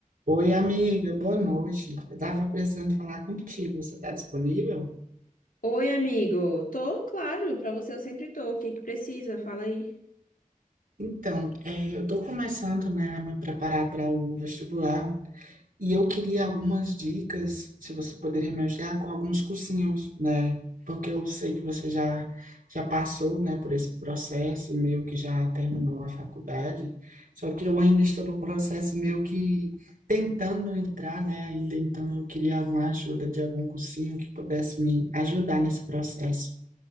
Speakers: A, on the right; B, on the left.
A: Oi, amiga, boa noite. Eu estava precisando falar contigo. Você está disponível?
B: Oi, amigo. Tô, claro, pra você eu sempre tô. O que que precisa? Fala aí.
A: Então, eh, eu estou começando, né, a me preparar para o vestibular. E eu queria algumas dicas, se você poderia me ajudar com alguns cursinhos, né? Porque eu sei que você já já passou, né, por esse processo e meio que já terminou a faculdade. Só que eu ainda estou no processo meio que tentando entrar, né, ainda então eu queria alguma ajuda de algum cursinho que pudesse me ajudar nesse processo.